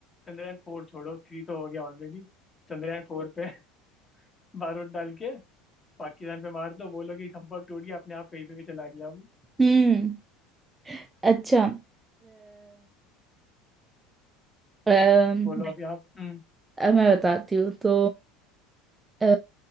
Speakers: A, on the left; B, on the right.
A: चंद्रयान फोर छोड़ो थ्री तो हो गया ऑलरेडी चंद्रयान फोर पे <laughs> बारूद डाल के पाकिस्तान पे मार दो बोलो कि संपर्क टूट गया अपने आप कहीं पे भी चला गया वो
B: हम्म अच्छा अ, अम,
A: बोलो अभी आप हम्म
B: अ, मैं बताती हूँ तो अ,